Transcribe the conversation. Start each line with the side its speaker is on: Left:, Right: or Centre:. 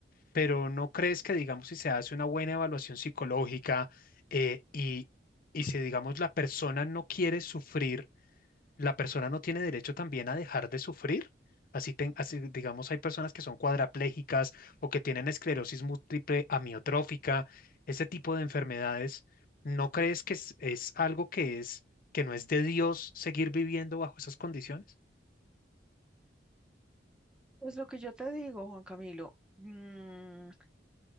Left: pero ¿no crees que, digamos, si se hace una buena evaluación psicológica eh, y, y si, digamos, la persona no quiere sufrir, la persona no tiene derecho también a dejar de sufrir? Así, ten- así, digamos, hay personas que son cuadraplégicas o que tienen esclerosis múltiple amiotrófica, ese tipo de enfermedades. ¿No crees que es, es algo que es, que no es de Dios seguir viviendo bajo esas condiciones?
Centre: Pues lo que yo te digo, Juan Camilo, mm,